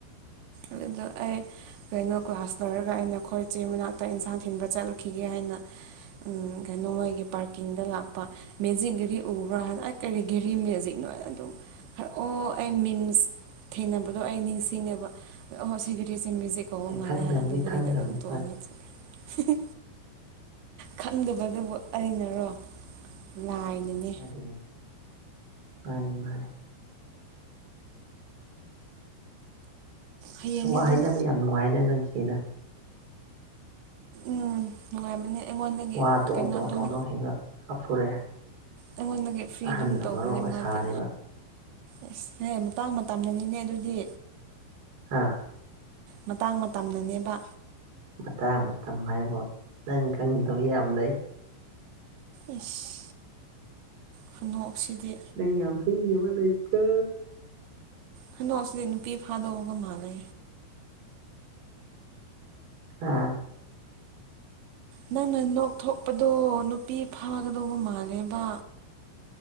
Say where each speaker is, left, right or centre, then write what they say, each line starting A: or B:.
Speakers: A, on the right; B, on the right.
A: ꯑꯗꯨꯗ ꯑꯩ ꯀꯩꯅꯣ ꯀ꯭ꯂꯥꯁ ꯂꯣꯏꯔꯒ ꯑꯩꯅ ꯈꯣꯏ ꯏꯆꯦ ꯃꯅꯥꯛꯇ ꯏꯟꯁꯥꯡ ꯊꯤꯟꯕ ꯆꯠꯂꯨꯈꯤꯒꯦ ꯍꯥꯏꯅ ꯀꯩꯅꯣ ꯃꯣꯏꯒꯤ ꯄꯥꯔꯀꯤꯡꯗ ꯂꯥꯛꯄ ꯃꯦꯖꯤꯛ ꯒꯔꯤ ꯎꯕ꯭ꯔꯥꯅ ꯀꯔꯤ ꯘꯦꯔꯤ ꯃꯦꯖꯤꯛꯅꯣ ꯑꯗꯨꯝ ꯈꯔꯛꯑꯣ ꯑꯩ ꯃꯤꯝꯁ ꯊꯦꯡꯅꯕꯗꯣ ꯑꯩ ꯅꯤꯡꯁꯤꯡꯉꯦꯕ ꯑꯣ ꯁꯤ ꯒꯥꯔꯤꯁꯦꯃꯤꯁꯦ ꯀꯥꯎ
B: ꯑꯩ
A: ꯃꯥꯜꯂꯦ
B: ꯈꯪꯗꯕꯗꯤ
A: ꯍꯥꯏꯅ ꯑꯗꯨ ꯘꯔꯤꯗ
B: ꯈꯪꯗꯕꯅꯤ
A: ꯑꯗꯨꯝ ꯇꯣꯡꯉꯒ
B: ꯍꯣꯏ
A: ꯆꯠꯂꯦ ꯈꯪꯗꯕꯗꯨꯕꯨ ꯑꯩꯅꯔꯣ ꯂꯥꯏꯅꯅꯦ
B: ꯑꯗꯨꯅꯦ ꯃꯥꯅꯦ ꯃꯥꯅꯦ
A: ꯍꯌꯦꯡꯗꯤ
B: ꯋꯥ
A: ꯑꯗꯨꯝ
B: ꯍꯥꯏꯅꯕ ꯌꯥꯝ ꯅꯨꯡꯉꯥꯏꯔꯦ ꯅꯣꯏ ꯏꯆꯦꯗ
A: ꯎꯝ ꯅꯨꯡꯉꯥꯏꯕꯅꯦ ꯑꯩꯉꯣꯟꯗꯒꯤ
B: ꯋꯥ ꯗꯣꯡ
A: ꯀꯩꯅꯣ
B: ꯗꯣꯡ
A: ꯑꯗꯨꯝ
B: ꯗꯣꯡ ꯗꯣꯡ <inaudible>
A: ꯑꯩꯉꯣꯟꯗꯒꯤ ꯐꯤ
B: ꯑꯍꯟꯅ
A: ꯑꯗꯨꯝ ꯇꯧꯕꯅꯦ
B: ꯃꯔꯣꯜ ꯑꯃ ꯁꯥꯔꯤꯕ
A: ꯃꯥꯗꯤ ꯑꯁ ꯑꯦ ꯃꯇꯥꯡ ꯃꯇꯝꯗꯅꯤꯅꯦ ꯑꯗꯨꯗꯤ
B: ꯍꯥꯥ
A: ꯃꯇꯥꯡ ꯃꯇꯝꯅꯅꯦꯕ
B: ꯃꯇꯥꯡ ꯃꯇꯝ ꯍꯥꯏꯕ ꯅꯪ ꯈꯪꯗꯕ ꯌꯥꯝ ꯂꯩ
A: ꯑꯁ ꯈꯨꯗꯣꯛꯁꯤꯗꯤ
B: ꯅꯪ ꯌꯥꯝ ꯐꯦꯡꯖꯕ ꯂꯩꯀꯣ
A: ꯍꯟꯗꯣꯛꯁꯤꯗꯤ ꯅꯨꯄꯤ ꯐꯥꯗꯣꯛꯑꯒ ꯃꯥꯜꯂꯦ
B: ꯎꯝ
A: ꯅꯪꯅ ꯅꯣꯛꯊꯣꯛꯄꯗꯣ ꯅꯨꯄꯤ ꯐꯥꯒꯗꯧꯕ ꯃꯥꯜꯂꯦꯕ